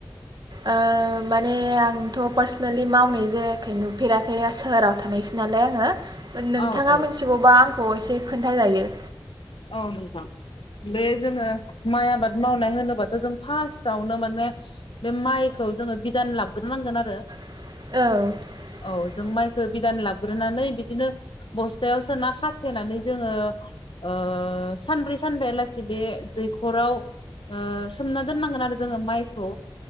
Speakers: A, on the right (about 55°); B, on the left (about 75°).
A: ओ माने आंथ' पार्सनेलि मावनाय जायाखै नुफेराखै सोहोराव थानायसै नालाय आङो। नोंथाङा
B: औ औ
A: मिथिगौबा खौ एसे खोन्थाजायो।
B: औ नोंथां बे जोङो माइ आबाद मावनाय होनोबाथ' जों फार्स्टआवनो माने बे माइखौ जोङो बिदान लाबोग्रोनांगोन आरो।
A: औ।
B: औ जों माइखौ बिदान लाग्रोनानै बिदिनो बस्थायाव सोना खाथेनानै जोङो ओ सानब्रै सानबायालासि बे दैख'राव सोमना दोननांगोन आरो जोङो माइखौ।